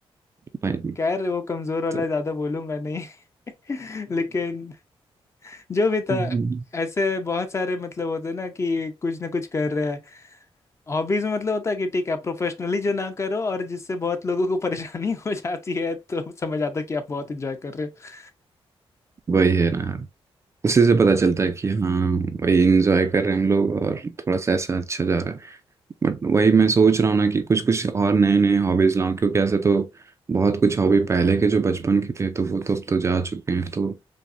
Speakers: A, on the right; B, on the left.
A: भाई
B: खैर वो कमजोर वाला
A: तो
B: ज्यादा बोलूंगा नहीं <laughs> लेकिन जो भी था
A: हम्म,
B: ऐसे बहुत सारे मतलब होते हैं ना कि कुछ ना कुछ कर रहे हैं हॉबीज में मतलब होता है कि ठीक है आप प्रोफेशनली जो ना करो और जिससे बहुत लोगों को परेशानी <laughs> हो जाती है तो समझ आता है कि आप बहुत इंजॉय कर रहे हो
A: वही है ना यार उसी से पता चलता है कि हाँ भाई इंजॉय कर रहे हैं हम लोग और थोड़ा सा ऐसा अच्छा जा रहा है बट वही मैं सोच रहा हूँ ना कि कुछ कुछ और नए नए हॉबीज लाऊं क्योंकि ऐसे तो बहुत कुछ हॉबी पहले के जो बचपन के थे तो वो तो अब तो जा चुके हैं तो